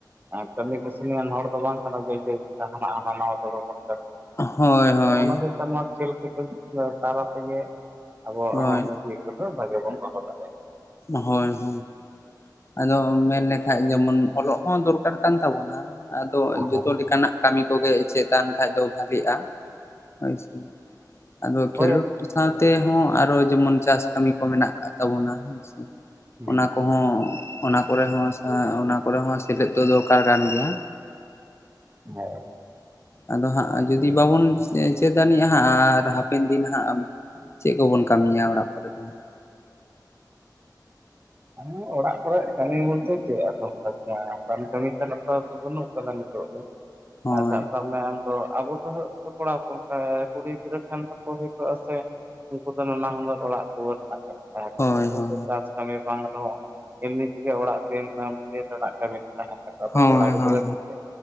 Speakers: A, on the right (about 25°); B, on the left (about 35°).
A: ᱟᱨ ᱠᱟᱹᱢᱤ ᱠᱟᱹᱥᱱᱤᱭᱟᱱ ᱦᱚᱲ ᱫᱚ ᱵᱟᱝ ᱠᱟᱱᱟ ᱵᱚ ᱡᱮ ᱡᱟᱦᱟᱱᱟᱜ ᱦᱟᱱᱟ ᱱᱟᱣᱟ <inaudible> <inaudible> <inaudible> <unintelligible>
B: ᱦᱳᱭ ᱦᱳᱭ
A: ᱟᱫᱚ ᱚᱱᱟ ᱪᱮᱛᱟᱱ ᱢᱟ ᱠᱷᱮᱞ ᱠᱷᱮᱯᱮᱞ <unintelligible> ᱛᱟᱞᱟ ᱛᱮᱜᱮ ᱟᱵᱚᱣᱟᱜ
B: ᱦᱳᱭ
A: ᱦᱚᱲᱢᱚ ᱡᱤᱣᱤ᱾ <unintelligible> ᱵᱚᱱ ᱫᱚᱦᱚ ᱠᱟᱛᱮᱫ
B: ᱦᱳᱭ ᱦᱳᱭ ᱟᱫᱚ ᱢᱮᱱᱞᱮᱠᱷᱟᱡ ᱡᱮᱢᱚᱱ ᱚᱞᱚᱜ ᱦᱚᱸ ᱫᱚᱨᱠᱟᱨ ᱠᱟᱱ ᱛᱟᱵᱚᱱᱟ᱾ ᱟᱫᱚ
A: ᱫᱟᱲᱮᱭᱟᱜᱼᱟ
B: ᱡᱚᱛᱚ ᱞᱮᱠᱟᱱᱟᱜ ᱠᱟᱢᱤ ᱠᱚᱜᱮ ᱪᱮᱫ ᱟᱱ ᱠᱷᱟᱱ ᱫᱚ ᱵᱷᱟᱜᱮᱜᱼᱟ᱾ ᱦᱳᱭ ᱥᱮ ᱟᱫᱚ
A: ᱦᱳᱭ
B: ᱠᱷᱮᱞᱳᱰ ᱥᱟᱶ ᱛᱮᱦᱚᱸ ᱟᱨᱚ ᱡᱮᱢᱚᱱ ᱪᱟᱥ ᱠᱟᱢᱤ ᱠᱚ ᱢᱮᱱᱟᱜ ᱠᱟᱫ ᱛᱟᱵᱚᱱᱟ, ᱦᱳᱭ ᱥᱮ
A: ᱦᱩᱸ
B: ᱚᱱᱟ ᱠᱚᱦᱚᱸ ᱚᱱᱟ ᱠᱚᱨᱮ ᱦᱚᱸ ᱟᱪᱷᱟ ᱚᱱᱟ ᱠᱚᱨᱮ ᱦᱚᱸ ᱥᱮᱞᱮᱫ ᱫᱚ ᱫᱚᱨᱠᱟᱨ ᱠᱟᱱ ᱜᱮᱭᱟ᱾
A: ᱦᱮᱜ
B: ᱟᱫᱚ ᱦᱟᱸᱜ ᱡᱩᱫᱤ ᱵᱟᱵᱚᱱ <inaudible> ᱪᱮᱫ ᱟᱹᱱᱤᱡᱼᱟ ᱦᱟᱸᱜ ᱟᱨ ᱦᱟᱯᱮᱱ ᱫᱤᱱ ᱦᱟᱸᱜ ᱪᱮᱫ ᱠᱚᱵᱚᱱ ᱠᱟᱢᱤᱭᱟ ᱚᱲᱟᱜ ᱠᱚᱨᱮᱫ ᱫᱚ᱾ <inaudible>
A: <inaudible> ᱚᱲᱟᱜ ᱠᱚᱨᱮ ᱠᱟᱢᱤ ᱵᱚᱞᱛᱮ ᱪᱮᱫ ᱟᱫᱚᱢ ᱠᱟᱢᱤᱭᱟ ᱠᱟᱢᱤ ᱠᱟᱢᱤ ᱛᱮ ᱱᱚᱛᱮ ᱦᱚᱛᱚ ᱵᱟᱹᱱᱩᱜ ᱠᱟᱫᱟ ᱱᱤᱛᱚᱜ ᱫᱚ᱾
B: ᱦᱳᱭ
A: ᱟᱨ ᱥᱟᱵ ᱠᱟᱜ ᱢᱮ ᱟᱢᱫᱚ ᱟᱵᱚ ᱫᱚᱜ ᱠᱚᱲᱟ ᱜᱤᱫᱽᱨᱟᱹ ᱠᱟᱱ ᱟᱫᱚ ᱠᱩᱲᱤ ᱜᱤᱫᱽᱨᱟᱹ ᱴᱷᱮᱱ ᱦᱚᱠᱚ ᱦᱩᱭ ᱠᱚ-ᱟ ᱥᱮ᱾ ᱩᱱᱠᱩ ᱫᱚ ᱱᱟᱱᱟ ᱦᱩᱱᱟᱹᱨ ᱚᱲᱟᱜ ᱫᱩᱣᱟᱹᱨ ᱢᱮᱱᱟᱜ ᱛᱟᱠᱚ
B: ᱦᱳᱭ
A: ᱛᱟᱦᱮᱸᱠᱚᱜ ᱛᱟᱠᱚᱣᱟ
B: ᱦᱳᱭ
A: <inaudible> ᱪᱟᱥ ᱠᱟᱢᱤ ᱵᱟᱝ ᱨᱮᱦᱚᱸ ᱮᱢᱱᱤ ᱛᱮᱜᱮ ᱚᱲᱟᱜ ᱫᱤᱱᱟᱹᱢ ᱫᱤᱱ ᱨᱮᱱᱟᱜ ᱠᱟᱢᱤ ᱛᱟᱦᱮᱸᱱ ᱛᱟᱠᱚᱣᱟ ᱟᱫᱚ
B: ᱦᱳᱭ
A: ᱠᱚᱲᱟ
B: ᱦᱳᱭ
A: ᱜᱤᱫᱽᱨᱟᱹ ᱥᱮ ᱪᱮᱫ?